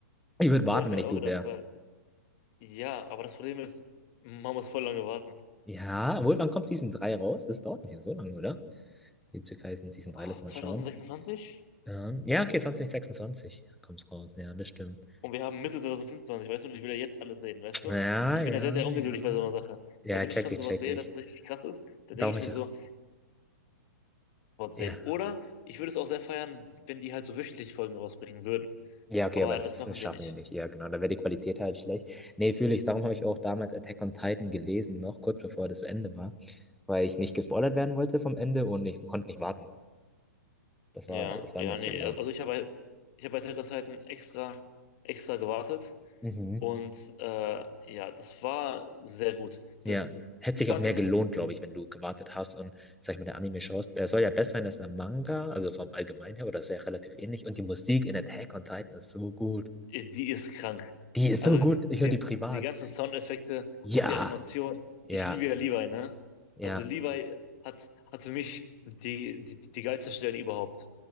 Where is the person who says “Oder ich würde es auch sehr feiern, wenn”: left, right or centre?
Left